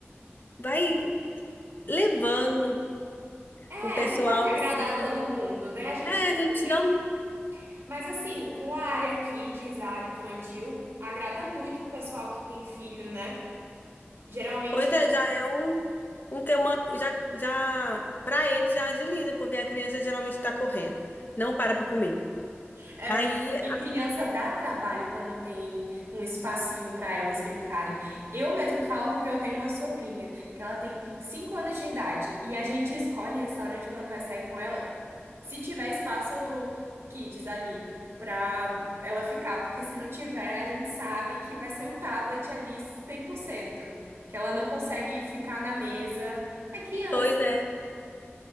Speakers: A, on the left (about 45°); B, on the right (about 75°).
A: vai levando
B: É,
A: o pessoal,
B: não pode agradar
A: assim.
B: todo mundo, né? A gente
A: É,
B: tem
A: a gente
B: que.
A: não.
B: Mas assim, com a área aqui, diz a área infantil, agrada muito o pessoal que tem filho, né? Geralmente.
A: Pois é, já é um. um que é uma, já, já, pra ele já agiliza, porque a criança geralmente tá correndo. Não para pra comer.
B: É
A: Aí,
B: mesmo. E criança dá trabalho quando não tem um espacinho para elas brincarem. Eu mesmo falo porque eu tenho uma sobrinha, que ela tem 5 anos de idade, e a gente escolhe restaurante quando vai sair com ela, se tiver espaço kids ali pra ela ficar, porque se não tiver, a gente sabe que vai ser o tablet ali 100%, porque ela não consegue ficar na mesa. É criança.
A: pois é,